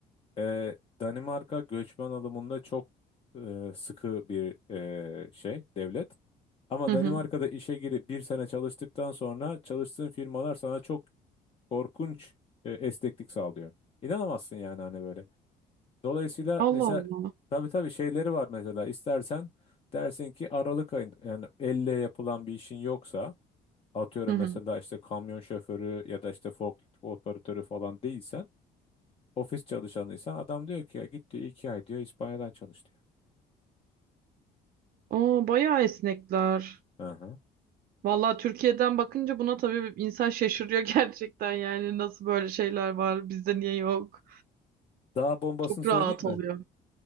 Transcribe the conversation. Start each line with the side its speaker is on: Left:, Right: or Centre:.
Left: Ee, Danimarka göçmen alımında çok e, sıkı bir e, şey, devlet. Ama
Right: Hı hı.
Left: Danimarka'da işe girip bir sene çalıştıktan sonra çalıştığın firmalar sana çok korkunç e, esneklik sağlıyor. İnanamazsın yani hani böyle. Dolayısıyla
Right: Allah
Left: mesela
Right: Allah.
Left: tabii tabii şeyleri var mesela istersen dersin ki Aralık ayında yani elle yapılan bir işin yoksa atıyorum
Right: Hı hı.
Left: mesela işte kamyon şoförü ya da işte forklift operatörü falan değilsen ofis çalışanıysan adam diyor ki ya git diyor iki ay diyor İspanya'dan çalış diyor.
Right: Aa, bayağı esnekler.
Left: Hı hı.
Right: Vallahi Türkiye'den bakınca buna tabii insan şaşırıyor <laughs> gerçekten yani nasıl böyle şeyler var bizde niye yok.
Left: Daha bombasını
Right: Çok
Left: söyleyeyim
Right: rahat
Left: mi?
Right: oluyor.